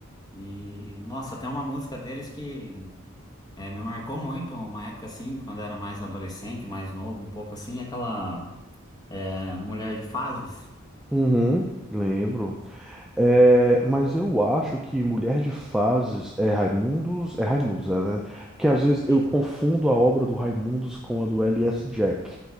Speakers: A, on the left (about 20°); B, in the centre.
A: E, nossa, tem uma música deles que é, me marcou muito, uma época assim, quando eu era mais adolescente, mais novo, um pouco assim, aquela é, Mulher de Fases.
B: uhum, lembro. É, mas eu acho que Mulher de Fases é Raimundos, é Raimundos, é, né? Porque às vezes
A: Isso.
B: eu confundo a obra do Raimundos com a do L.S. Jack.